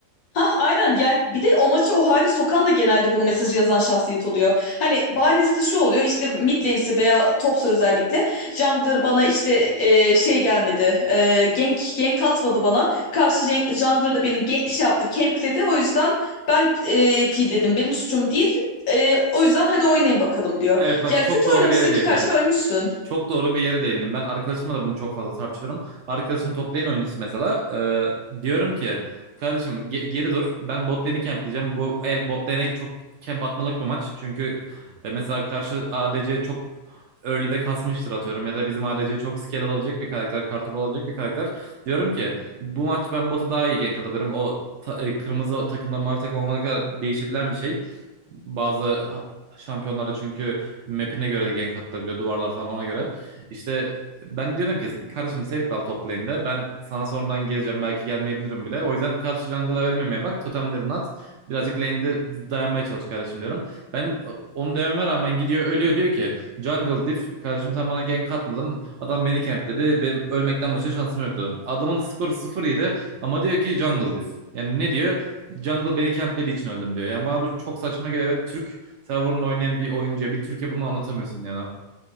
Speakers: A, on the left; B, on the right.
A: Hah aynen yani bir de o maçı o hale sokan da genelde bu mesajı yazan şahsiyet oluyor. Hani bahanesi de şu oluyor işte mid lane'si veya topsa özellikle jungler bana işte e, şey gelmedi e, gank, gank atmadı bana. Karşı jen- jungler da beni ge- şey yaptı campledi o yüzden ben e, dedim benim suçum değil. E, o yüzden hadi oynayın bakalım diyor.
B: Evet bak
A: Ya
B: çok
A: kötü
B: doğru
A: oynamışsın
B: bir yere değindin.
A: ki karşıma ölmüşsün.
B: Çok doğru bir yere değindim. Ben arkadaşımla da bunu çok fazla tartışıyorum. Arkadaşım toplayın oyuncusu mesela. Ee, diyorum ki kardeşim ge- geri dur. Ben bot lane'i campleyeceğim. Bu el bot lane'e çok camp atmalık bir maç. Çünkü e, mesela karşı ADC çok early'de kasmıştır atıyorum. Ya da bizim ADC çok scale alabilecek bir karakter. Kartopu alabilecek bir karakter. Diyorum ki bu maç ben bota daha iyi gank atabilirim. O ta- e, kırmızı takımdan mavi takım olana kadar değişebilen bir şey. Bazı şampiyonlarda çünkü map'ine göre gank atılabiliyor duvarlar falan ona göre. İşte ben diyorum ki kardeşim safe kal top lane'de. Ben sana sonradan geleceğim belki gelmeyebilirim bile. O yüzden karşı jungle'a ölmemeye bak. Totemlerini at. Birazcık lane'de dayanmaya çalış kardeşim diyorum. Ben onu dememe rağmen gidiyor ölüyor diyor ki jungle diff kardeşim sen bana gank atmadın. Adam beni campledi. Benim ölmekten başka şansım yoktu. Adamın skoru 0-7 ama diyor ki jungle diff. Yani ne diyor? Jungle beni camplediği için öldüm diyor. Yani bana bu çok saçma geliyor. Evet Türk Tavern'la oynayan bir oyuncuya bir Türkiye bunu anlatamıyorsun yani.